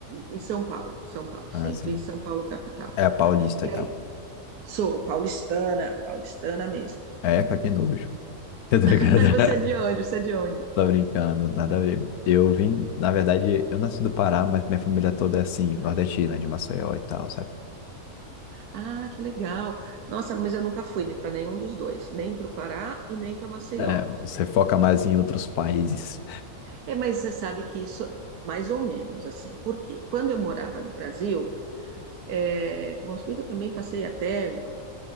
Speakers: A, on the right; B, on the left.
A: em São Paulo, São Paulo,
B: Ah,
A: sempre
B: assim,
A: São Paulo capital.
B: é a Paulista
A: E
B: e tal.
A: aí, sou paulistana, paulistana mesmo.
B: É, que nojo. <laughs> Tá ligado?
A: <laughs> Você é de onde? Você é de onde?
B: Tô brincando, nada a ver. Eu vim, na verdade, eu nasci do Pará, mas minha família toda é assim, nordestina, de Maceió e tal, sabe?
A: Ah, que legal. Nossa, mas eu nunca fui para nenhum dos dois, nem para o Pará e nem para Maceió.
B: É, você foca mais em outros países.
A: É, mas você sabe que isso, mais ou menos, assim. Por quê? Quando eu morava no Brasil, é, bom, se bem que eu também passei até